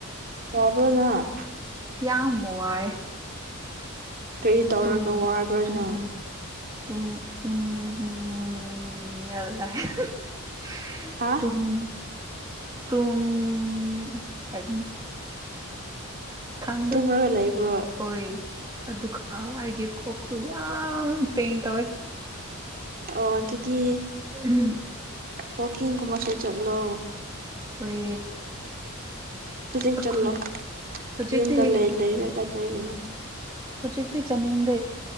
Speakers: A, on the right; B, on the right.
A: ꯇꯥꯕ꯭ꯔꯣ ꯅꯪ
B: ꯌꯥꯝ ꯋꯥꯏ
A: ꯀꯔꯤ ꯇꯧꯔꯒ
B: ꯇꯨ
A: ꯋꯥꯕꯅꯣ
B: ꯇꯨꯝ <unintelligible>
A: ꯍꯥ
B: <unintelligible> ꯈꯪꯗꯦ
A: ꯇꯨꯝꯔꯒ ꯂꯩꯕ꯭ꯔꯣ
B: ꯍꯣꯏ ꯑꯗꯨꯒ ꯑꯩꯒꯤ ꯀꯣꯛꯇꯨ ꯌꯥꯝ ꯄꯦꯟ ꯇꯧꯋꯦ
A: ꯑꯣ ꯑꯗꯨꯗꯤ
B: ꯎꯝ
A: ꯋꯥꯛꯀꯤꯡꯒꯨꯝꯕꯁꯨ ꯆꯠꯂꯣ
B: ꯍꯣꯏ
A: ꯍꯧꯖꯤꯛ
B: ꯑꯩꯈꯣꯏ
A: ꯆꯠꯂꯣ
B: ꯍꯧꯖꯤꯛꯇꯤ
A: ꯌꯨꯝꯗ ꯂꯩ ꯂꯩꯔꯒ ꯇꯧꯒꯅꯣ
B: ꯍꯧꯖꯤꯛꯇꯤ ꯆꯥꯅꯤꯡꯗꯦ